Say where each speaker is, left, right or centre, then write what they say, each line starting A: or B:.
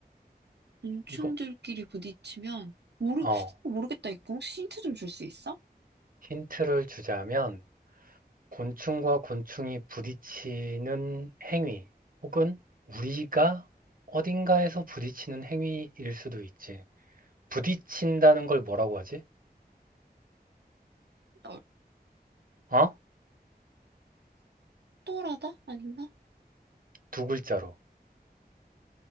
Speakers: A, on the right; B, on the right.
A: 곤충들끼리
B: 이거,
A: 부딪히면 모르
B: 어,
A: 어, 모르겠다. 이거 혹시 힌트 좀 줄 수 있어?
B: 힌트를 주자면, 곤충과 곤충이 부딪히는 행위 혹은 우리가 어딘가에서 부딪히는 행위일 수도 있지. 부딪힌다는 걸 뭐라고 하지?
A: 어,
B: 어?
A: 속도라다? 아닌가?
B: 두 글자로.